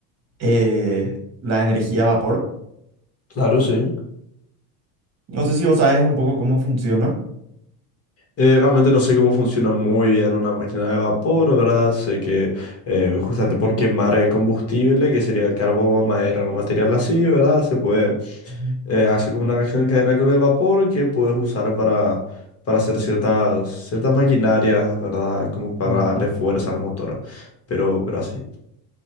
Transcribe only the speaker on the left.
Claro, sí.
Eh, realmente no sé cómo funciona muy bien una máquina de vapor, ¿verdad? Sé que eh, justamente por quemar eh, combustible, que sería carbón, madera, algún material así, ¿verdad? Se puede
eh, hacer como una reacción en cadena con el vapor que puedes usar para, para hacer ciertas, ciertas maquinarias, ¿verdad? Como para
darle fuerza al motor, pero, pero así.